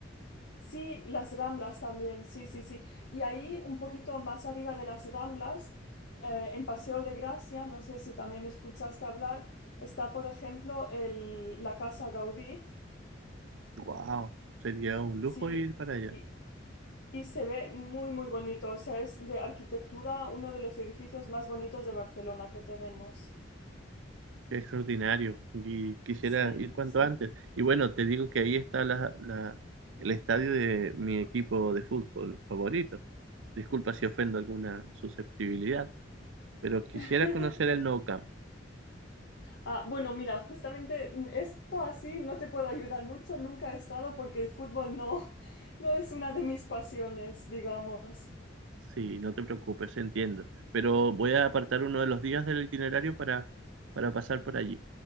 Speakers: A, on the left; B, on the right.
A: Sí, las Ramblas también, sí, sí, sí. Y ahí un poquito más arriba de las Ramblas, eh, en Paseo de Gracia, no sé si también escuchaste hablar, está, por ejemplo, el- la Casa Gaudí.
B: Wow, sería un lujo
A: Sí,
B: ir para allá.
A: y- Y se ve muy, muy bonito. O sea, es de arquitectura uno de los edificios más bonitos de Barcelona que tenemos.
B: Qué extraordinario. Y quisiera
A: Sí,
B: ir cuanto
A: sí.
B: antes. Y bueno, te digo que ahí está la, la- el estadio de mi equipo de fútbol favorito. Disculpa si ofendo alguna susceptibilidad, pero quisiera
A: <laughs>
B: conocer el Nou Camp.
A: Ah, bueno, mira, justamente mm, esto así no te puedo ayudar mucho. Nunca he estado porque el fútbol no, <laughs> no es una de mis pasiones, digamos.
B: Sí, no te preocupes, entiendo. Pero voy a apartar uno de los días del itinerario para, para pasar por allí.